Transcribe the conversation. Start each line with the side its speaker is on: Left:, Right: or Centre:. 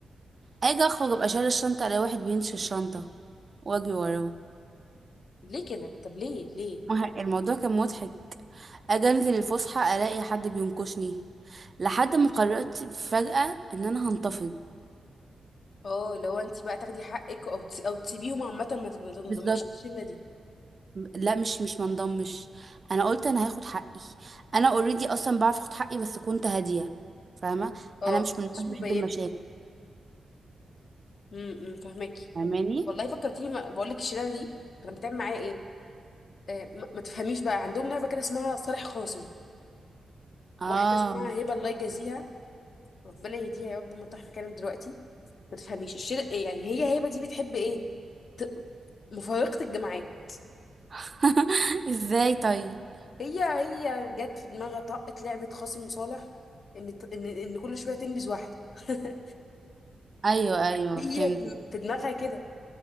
Right: اجي اخرج ابقى شايلة الشنطة الاقي واحد بينش الشنطة واجري وراه
Left: ليه كده طب ليه ليه
Right: <laughs> مه- الموضوع كان مضحك اجي انزل الفسحه الاقي حد بينكشني لحد ما قررت فجاه ان انا هنتفض
Left: اه لو انت بقى تاخدي حقك او تس- او تسيبيهم عامه ما تب- ما تنضميش
Right: بالظبط
Left: الشله دي
Right: لا مش مش منضمش انا قلت انا هاخد حقي انا اوريدي اصلا بعرف اخد حقي بس كنت هاديه فاهمه
Left: اه
Right: انا مش من النوع
Left: مش
Right: اللي
Left: مبينه
Right: بحب المشاكل
Left: امم فهماكي
Right: فاهماني
Left: والله فكرتيني ما- بقول لك الشله دي كانت بتعمل معايا ايه آه ما ما تفهميش بقى عندهم لعبه كده اسمها صالح خاصم واحده
Right: اه
Left: اسمها هبه الله يجازيها ربنا يهديها يا رب ما تروح مكانها دلوقتي ما تفهميش الشر يعني هي هبه دي بتحب ايه ت... مفارقه الجماعات
Right: <laughs> ازاي طيب
Left: هي هي جت في دماغها طاقه لعبه قاسم صالح ان ان ان كل شويه تنبذ واحده <laughs>
Right: ايوه ايوه
Left: هي
Right: فهمتك
Left: في دماغها كده